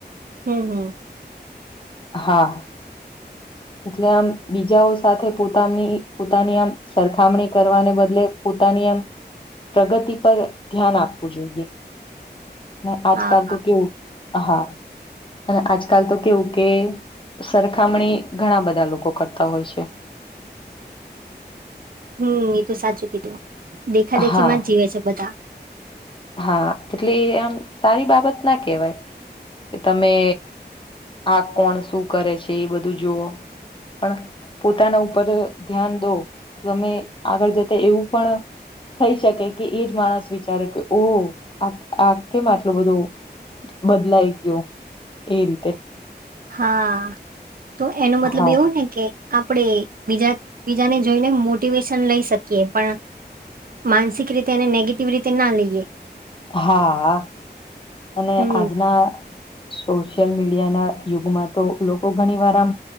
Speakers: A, on the right; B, on the left.
A: હમ હમ.
B: હા. એટલે આમ બીજાઓ સાથે પોતાની-પોતાની આમ સરખામણી કરવાને બદલે પોતાની આમ પ્રગતિ પર ધ્યાન આપવું જોઈએ. ને આજકાલ
A: હા
B: તો કેવું હા અને આજકાલ તો કેવું કે સરખામણી ઘણા બધા લોકો કરતા હોય છે.
A: હમ એ તો સાચું કીધું દેખા દેખીમાં
B: હા
A: જ જીવે છે બધા.
B: હા એટલે આમ સારી બાબત ના કેહેવાય કે તમે આ કોણ શું કરે છે એ બધું જુઓ. પણ પોતાના ધ્યાન દો તમે આગળ જતા એવું પણ થઈ શકે કે એ જ માણસ વિચારે કે ઓ આ-આ કેમ આટલો બધું બદલાઈ ગયો એ રીતે
A: હા તો એનો મતલબ
B: હા
A: એવું ને કે આપણે બીજા બીજાને જોઈને મોટિવેશન લઈ શકીએ પણ માનસિક રીતે અને નેગેટિવ રીતે ના લઈએ.
B: હા અને
A: હમ,
B: આજના સોશિયલ મીડિયા ના યુગમાં તો લોકો ઘણી વાર આમ